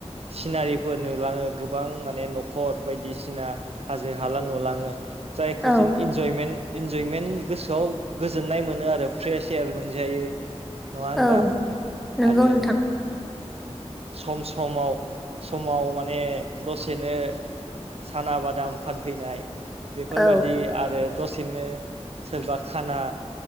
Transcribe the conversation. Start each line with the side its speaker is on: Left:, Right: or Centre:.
Right: सिनारिफोर नुलाङो गोबां माने न'खर बायदिसिना। हाजो हाला नुलाङो जायखौ
Centre: औ
Right: जों। इन्जयमेन्ट इन्जयमेन्ट गोसोआव गोजोननाय मोनो आरो फ्रेश एयार मोनजायो। नङा होनबा
Centre: औ नंगौ
Right: आरो
Centre: नोंथां
Right: सम समाव। समाव माने दसेनो साना बादाम फानफैनाय। बेफोरबादि
Centre: औ
Right: आरो दसेनो सोरबा खाना।